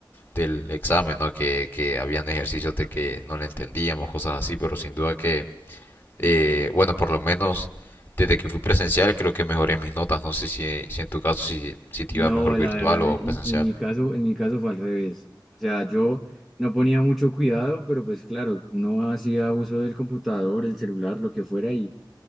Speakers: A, on the left; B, in the centre.
A: del examen, ¿no? Que, que habían ejercicios de que no le entendíamos, cosas así, pero sin duda que eh, bueno, por lo menos desde que fui presencial creo que mejoré mis notas. No sé si, si en tu caso si, si te
B: No,
A: iba mejor virtual
B: la verdad,
A: o
B: en,
A: presencial.
B: en mi caso, en mi caso fue al revés. O sea, yo no ponía mucho cuidado, pero pues claro, uno hacía uso del computador, el celular, lo que fuera, y